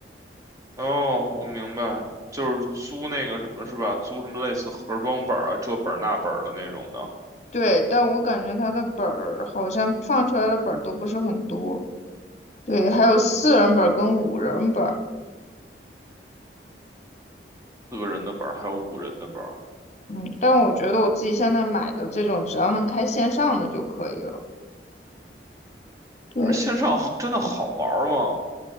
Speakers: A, on the right (about 20°); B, on the left (about 40°).
A: 哦，我明白，就是租那个什么是吧？租什么类似盒装本儿啊，这本儿那本儿的那种的，
B: 对，但我感觉他的本儿好像放出来的本儿都不是很多。对，还有四人本儿跟五人本儿，
A: 四个人的本儿，还有五人的本儿。
B: 嗯，但我觉得我自己现在买的这种，只要能开线上的就可以了。对，
A: 但是线上好真的好玩儿吗？